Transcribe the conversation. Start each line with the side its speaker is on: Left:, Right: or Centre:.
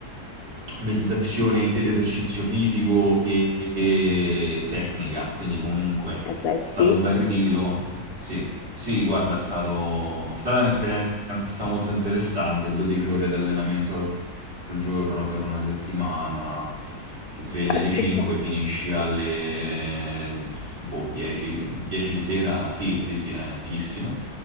Right: meditazione ed esercizio fisico e, e tecnica, quindi comunque è
Left: eh beh
Right: stato
Left: sì,
Right: un bel ritiro. Sì, sì, guarda, è stato, è stata un'esperienza molto interessante, 12 ore di allenamento al giorno per una settimana, ti svegli
Left: caspita,
Right: alle 5, finisci alle boh, 10, 10 di sera, sì, sì, sì, è fighissimo